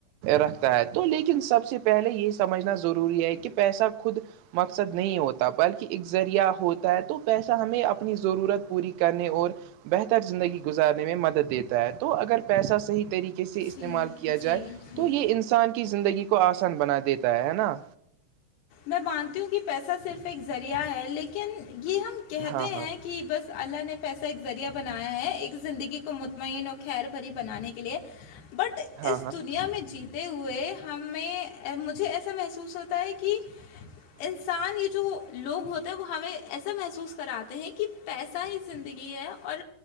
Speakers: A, on the right (about 85°); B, on the left (about 90°).
A: رکھتا ہے تو لیکن سب سے پہلے یہ سمجھنا ضروری ہے کہ پیسہ خود مقصد نہیں ہوتا بلکہ ا ذریعہ ہوتا ہے تو پیسہ ہمیں اپنی ضرورت پوری کرنے اور بہتر زندگی گزارنے میں مدد دیتا ہے تو اگر پیسہ صحیح طریقے کیسے استعمال
B: جی
A: کیا
B: جی
A: جائے
B: جی
A: تو یہ انسان کی زندگی کو آسان بنا دیتا ہے ہے نا
B: میں مانتی ہوں کہ پیسہ صرف ایک ذریعہ ہے لیکن یہ ہم کہتے
A: ہاں
B: ہیں کہ بس اللہ نے پیسہ ایک ذریعہ بنایا ہے ایک زندگی کو مطمئن اور خیر بھری بنانے کے لیے بٹ
A: ہاں
B: اس
A: ہاں
B: دنیا میں جیت تے ہوئے ہمیں مجھے ایسا محسوس ہوتا ہے کہ
A: <inaudible>
B: انسان یہ جو لوگ ہوتے ہیں وہ ہمیں ایسا محسوس کراتے ہیں کہ پیسہ ہی زندگی ہے اور